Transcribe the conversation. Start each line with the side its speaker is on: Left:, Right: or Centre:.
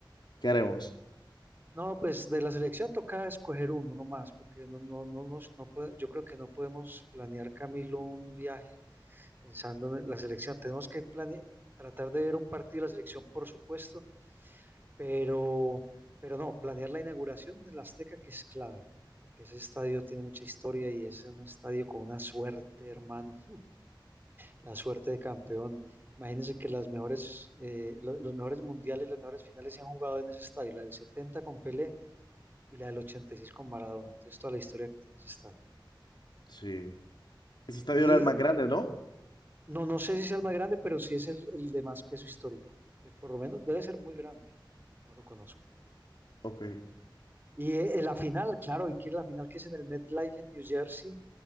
Left: ¿Qué haremos?
Right: No, pues de la selección toca escoger uno nomás, porque no, no, no, nos- no, puede- yo creo que no podemos planear, Camilo, un viaje pensando en la selección. Tenemos que plane- tratar de ver un partido de la selección, por supuesto, Pero, pero no, planear la inauguración en el Azteca que es clave, porque ese estadio tiene mucha historia y es un estadio con una suerte, hermano, la suerte de campeón. Imagínense que las mejores, eh, lo- los mejores mundiales, las mejores finales se han jugado en ese estadio, la del 70 con Pelé y la del 86 con Maradona. Entonces, toda la historia que tiene ese estadio.
Left: Sí. Ese estadio
Right: Y
Left: era el más grande, ¿no?
Right: no, no sé si sea el más grande, pero sí es el, el de más peso histórico. Eh, Por lo menos debe ser muy grande. No lo conozco.
Left: Ok.
Right: Y eh, la final, claro, y que la final que es en el MetLife en New Jersey,